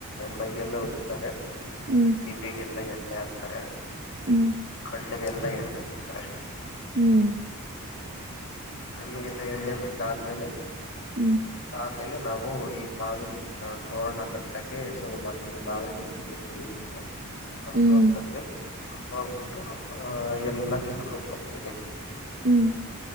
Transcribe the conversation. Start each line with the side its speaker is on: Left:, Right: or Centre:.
Left: ಮೈಯೆಲ್ಲ ಒದತ್ತುತ್ತಾರೆ
Right: ಹ್ಮ್
Left: ಇವಿಗೆಲ್ಲ ಎಣ್ಣೆ ಆಗ್ತಾರೆ
Right: ಹ್ಮ್ ಹ್ಮ್
Left: ಖಡ್ ಹಣ್ಣಗೆಲ್ಲ ಎಣ್ಣ ಬಿಡ್ತಾರೆ
Right: ಹ್ಮ್
Left: ಹ್ಣಿಗೆಲ್ಲ ಎಣ್ಣೆ ಬಿಟ್ಟ ಆದ್ಮೇಲೆ
Right: ಹ್ಮ್
Left: ಆಮೇಲೆ ನಾವು ಈ ಮಾವಿನ ತೋರಣ ಕಟ್ಟಕ್ಕೆ ಶುರು ಮಾಡ್ತೀವಿ ಮಾವಿಿನ <inaudible> ನಮ್ಮ
Right: ಹ್ಮ್
Left: ತೋಟದಾಳಿ ಹೋಗ್ಬಿಟ್ಟು ಆಹ ಎಲ್ಲಾ ಕಿತ್ಕೊಂಡ್ ಬರ್ತೀರಿ
Right: ಹ್ಮ್